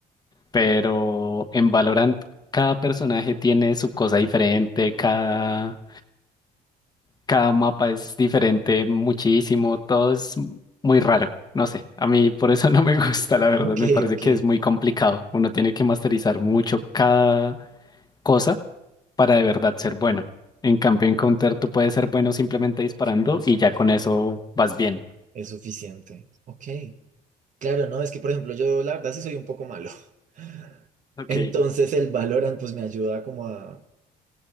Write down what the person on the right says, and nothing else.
Ok,
ok,
es suficiente. Ok, claro, no, es que por ejemplo yo la verdad sí soy un poco malo. <laughs>
Entonces el Valorant pues me ayuda como a,